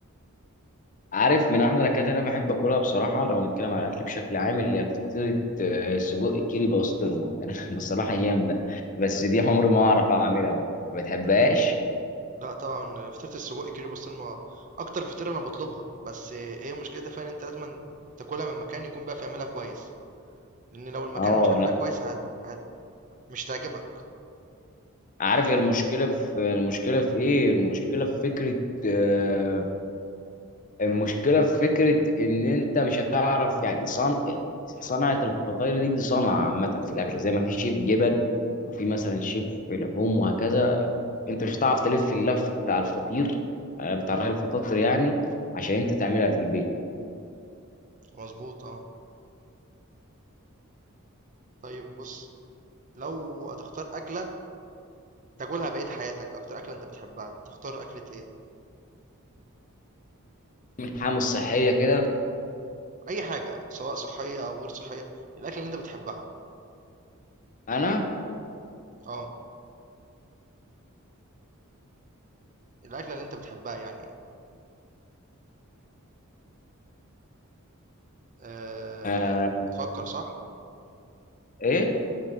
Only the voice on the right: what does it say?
لا طبعا فطيرة السجق كيري بسطرمة اكتر فطيرة انا بطلبها بس هي مشكلتها فعلا انت لازم تاكلها من مكان يكون بقى بيعملها كويس لان لو المكان
مش عاملها
كويس هت... هت... مش تعجبك
مظبوط اه طيب بص لو هتختار اكلة تاكلها بقية حياتك اكتر اكلة انت بتحبها تختار اكلة ايه
اي حاجة سواء صحية او غير صحية الاكلة اللي انت بتحبها
اه الاكلة اللي انت بتحبها يعني أه...
بتفكر صح